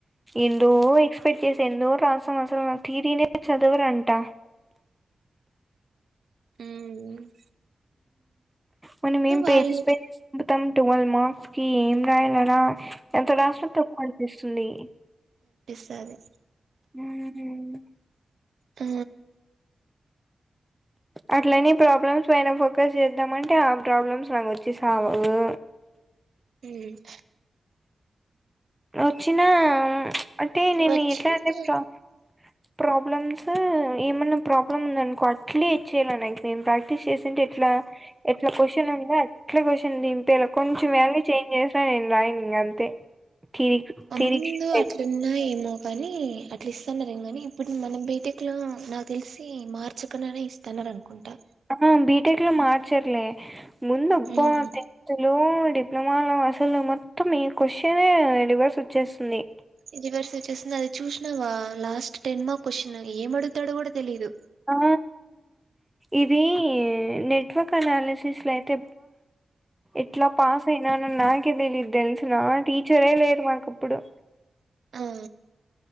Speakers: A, in the centre; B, on the right.
A: ఇందు ఎక్స్పెక్ట్ చేసా ఎందో రాశాం అసలు తీరినే చదవరు అంటా
B: మ్మ్
A: మని మేం పేజెస్
B: వాళ్ళు
A: పేజెస్ పెడాతాం టువెల్వ్ మార్క్స్ కి ఏం రాయాలనా ఎంత రాసినా తప్పు అనిపిస్తుంది
B: సరే
A: మ్మ్
B: ఆ
A: అట్లని ప్రాబ్లమ్స్ పైన ఫోకస్ చేద్దామంటే ఆ ప్రాబ్లమ్స్ నాకు వచ్చి సావవు
B: హ్మ్
A: వచ్చిన అంటే నేను
B: వచ్చి
A: అట్లా అంటే ప్రోబ్ ప్రాబ్లమ్స్ ఏమన్నా ప్రాబ్లమ్ ఉంది అనుకో అట్లేచ్చయాలి నాకు మేను ప్రాక్టీస్ చేసింటే ఎట్లా ఎట్లా క్వశ్చన్ ఉందో అట్లా క్వశ్చన్ తేల కొంచెం వాల్యూ చేంజ్ చేసాను నేను రాయిను ఇక అంతే థిరీ థిరీకి
B: ముందు
A: షిఫ్ట్
B: అట్లున్నా
A: అయిపోతా
B: ఏమో కాని అట్లా ఇస్తన్నారు ఏం కాని ఇప్పుడు మన బేటక్ లో నాకు తెలిసి మార్చకనే ఇస్తాన్నారు అనుకుంటా
A: ఆ బిటెక్ లో మార్చర్లే ముందుప్ప
B: మ్మ్
A: తెన్ లో డిప్ ప్లొమా అసలు మొత్తం ఈ క్వశ్చనే రివర్స్ వచ్చేస్తుంది
B: ఇది వర్స వచ్చేస్తుంది అది చూసినవా లాస్ట్ టెన్ మార్క్ క్వశ్న్ ఏం అడుగుతాడో కూడా తెలీయదు
A: ఆ ఇది నెట్ నెట్వర్క్ అనాలిసిస్ లో అయితే ఎట్లా పాస్ అయినా అ నాకే తెలీదు తెలుసిన టీచరే లేరు మాకప్పుడు
B: ఆ